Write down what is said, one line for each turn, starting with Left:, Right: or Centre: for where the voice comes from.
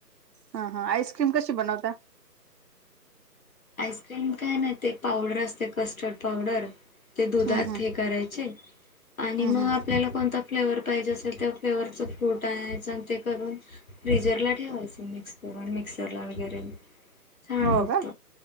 Right: हा हा आईस्क्रीम कशी बनवता?
Left: आईस्क्रीम काय नाही ते एक पावडर असते कस्टर्ड पावडर ते दुधात
Right: हम्म हम्म
Left: हे करायचे आणि
Right: हम्म
Left: मग
Right: हम्म
Left: आपल्याला कोणता फ्लेवर पाहिजे असेल त्या फ्लेवर च फ्रूट आणायचं आणि ते करून फ्रीजर ला ठेवायचं. मिक्सरला वगैरे छान
Right: हो
Left: होत
Right: का